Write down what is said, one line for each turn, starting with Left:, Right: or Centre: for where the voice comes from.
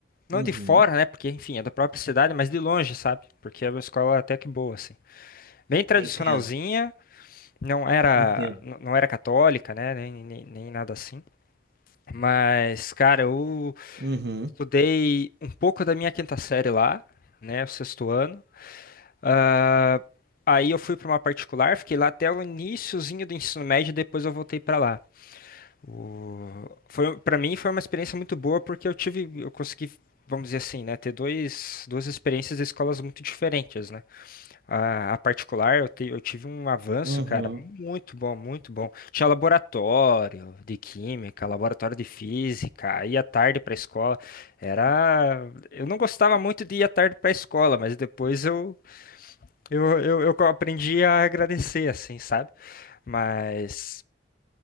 Left: Não
Right: Uhum.
Left: de fora, né? Porque, enfim, é da própria cidade, mas de longe, sabe? Porque é uma escola até que boa, assim. Bem tradicionalzinha,
Right: Eu entendo.
Left: não era,
Right: Entendo.
Left: n- não era católica, né? Nem, nem, nem nada assim. Mas, cara, eu
Right: Uhum.
Left: estudei um pouco da minha quinta série lá, né? O sexto ano. Ah, aí eu fui pra uma particular, fiquei lá até o iniciozinho do ensino médio, depois eu voltei pra lá. O... Foi, para mim foi uma experiência muito boa porque eu tive, eu consegui, vamos dizer assim, né, ter dois, duas experiências de escolas muito diferentes, né? A, a particular, eu, te- eu tive um avanço,
Right: Uhum.
Left: cara, muito bom, muito bom. Tinha laboratório de química, laboratório de física, ia tarde para a escola. Era, eu não gostava muito de ir à tarde para a escola, mas depois eu, eu, eu, eu aprendi a agradecer, assim, sabe? Mas